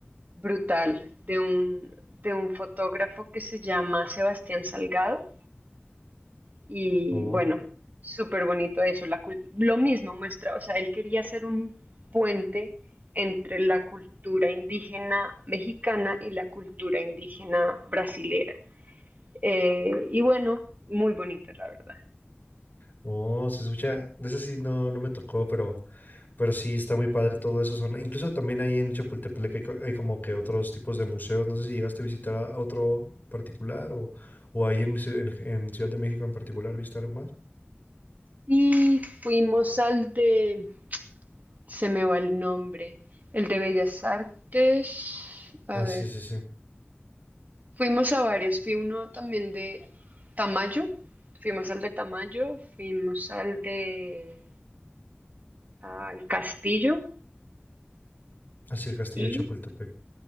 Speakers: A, on the right; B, on the left.
A: brutal, de un, de un fotógrafo que se llama Sebastián Salgado. Y
B: Oh.
A: bueno, súper bonito eso. La, cul- lo mismo muestra, o sea, él quería hacer un puente entre la cultura indígena mexicana y la cultura indígena brasilera. Eh, y bueno, muy bonito, la verdad.
B: Oh, se escucha, de ese sí no, no me tocó, pero, pero sí está muy padre todo eso. Son, incluso también ahí en Chapultepec hay, co- hay como que otros tipos de museos. No sé si llegaste a visitar a, a otro particular o, o ahí en, Ci- en- en Ciudad de México en particular, ¿viste algo más?
A: Sí, fuimos al de, se me va el nombre, el de Bellas Artes, a
B: Ah, sí,
A: ver,
B: sí, sí.
A: fuimos a varios, fui uno también de Tamayo, fuimos al de Tamayo, fuimos al de, al Castillo,
B: Así el castillo
A: y
B: de Chapultepec.